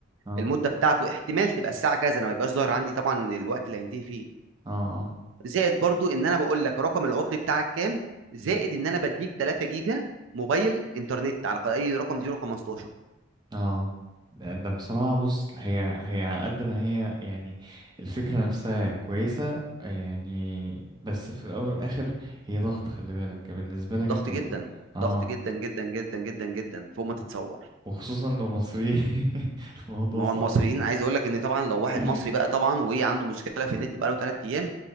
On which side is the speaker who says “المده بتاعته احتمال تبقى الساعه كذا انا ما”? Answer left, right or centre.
Right